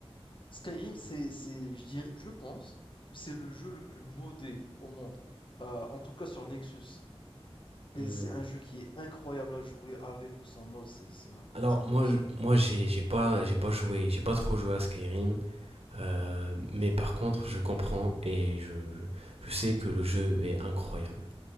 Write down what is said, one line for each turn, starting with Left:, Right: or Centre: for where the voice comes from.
Left: Skyrim, c'est, c'est, je dirais, je pense que c'est le jeu le plus modé au monde, euh, en tout cas sur Nexus. C'est
Right: hmm.
Left: c'est un jeu qui est incroyable à jouer avec ou sans mode, c'est c'est un,
Right: Alors
Left: c'est un
Right: moi,
Left: must.
Right: je- moi j'ai j'ai pas j'ai pas joué, j'ai pas trop joué à Skyrim. Euh, mais par contre, je comprends et je, je je sais que le jeu est incroyable.